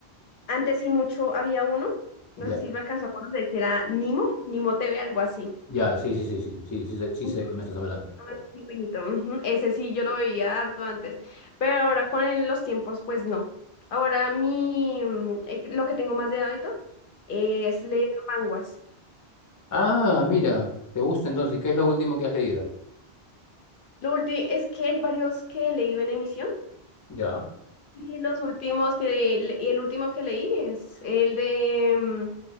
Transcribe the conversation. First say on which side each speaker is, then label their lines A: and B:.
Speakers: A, on the left; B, on the left.
A: Antes sí mucho había uno, no
B: Ya,
A: sé si lo alcanzó a conocer, que era Nimo, Nimo TV, algo así.
B: ya, sí, sí, sí, sí, sí, sí, sé- sí
A: Un
B: sé de qué me estás hablando.
A: pingüinito, ujú. Ese sí yo lo veía harto antes, pero ahora con el- los tiempos pues no. Ahora mi, mm, eh, lo que tengo más de hábito eh, es leer manguas.
B: Ah, mira, te gusta entonces. ¿Y qué es lo último que has leído?
A: Lo último es que hay varios que he leído en emisión
B: Ya,
A: y los últimos que le- y el último que leí es el de mm,